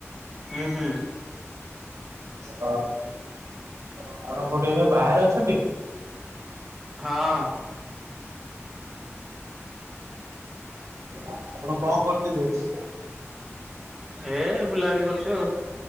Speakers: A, in the centre; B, on the right.
A: ହୁଁ ହୁଁ।
B: ହ, ଆପଣ କୋଉଠି ଏବେ ବାହାରେ ଅଛନ୍ତି?
A: ହଁ ଅ
B: ଆପଣ କଣ କରଚନ୍ତି ଏବେ?
A: ଏ ବୁଲାବୁଲି କରୁଚୁ ଆଉ।